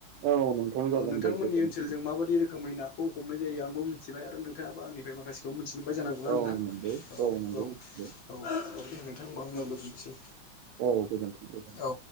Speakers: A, on the right; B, on the left.
A: औ नोंथां
B: औ
A: जागोन
B: नोंथांमोननि
A: दे गोजोनथों
B: ओनसोलजों माबायदि रोखोमै नाखौ हमनाय जायो आं मिथिबाय आरो नोंथाङाबो आंनिफ्राय माखासेखौ मिथि बाय जानांगौना नोंथां।
A: औ नंगौ
B: औ
A: नंगौ
B: औ
A: मिथिबाय
B: औ औ दे नोंथां होनबा उनाव <unintelligible> सै।
A: औ गोजानथोंसै।
B: औ।